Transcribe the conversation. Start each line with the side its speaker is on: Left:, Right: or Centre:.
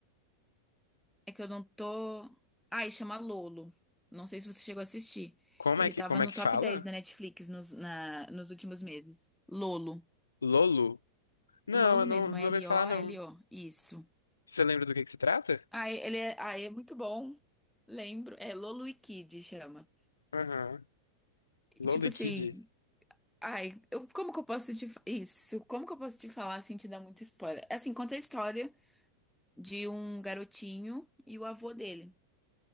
Centre: É que eu não tô. Ai, chama Lolo. Não sei se você chegou a assistir.
Left: como
Centre: Ele
Left: é que,
Centre: tava
Left: como
Centre: no
Left: é que
Centre: top
Left: fala?
Centre: 10 da Netflix nos, na- nos últimos meses. Lolo.
Left: Lolo? Não,
Centre: Lolo
Left: eu não,
Centre: mesmo,
Left: não
Centre: L-O-L-O.
Left: ouvi falar, não.
Centre: Isso.
Left: Você lembra do que que se trata?
Centre: Ah, ele é, ah, é muito bom. Lembro. É Lolo e Kid chama.
Left: Aham.
Centre: E,
Left: Lolo
Centre: tipo
Left: e
Centre: assim,
Left: Kid?
Centre: ai, eu, como que eu posso te fa- isso? Como que eu posso te falar sem te dar muito spoiler? É Assim, conta a história de um garotinho e o avô dele.